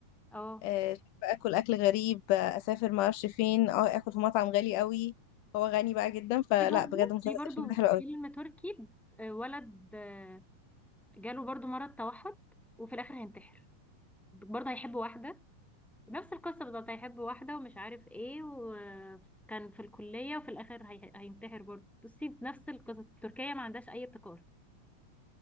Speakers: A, in the centre; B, on the left (about 75°).
A: اه
B: آه، اكل اكل غريب آه، اسافر ما اعرفش فين اه اكل في مطعم غالي قوي هو غني بقى جدا فلا
A: في برضو
B: بجد مسلسل
A: في برضو
B: الفيلم ده حلو قوي
A: فيلم تركي آه، ولد آه، جاله برضو مرض توحد وفي الاخر هينتحر برضه هيحب واحده نفس القصه بالظبط هيحب واحده ومش عارف ايه وكان في الكليه وفي الاخر هي... هينتحر برضه بصي نفس القصص تركيا ما عندهاش اي ابتكار